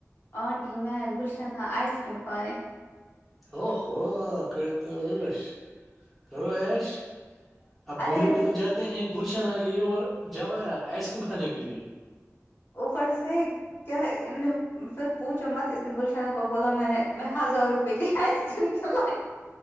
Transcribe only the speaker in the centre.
او ہوو کرتاش کرو ایش آپ بوہری
کدم ج ہیں گلشنہ یہ اور جواہرا آئس کریم کھانے کے لیے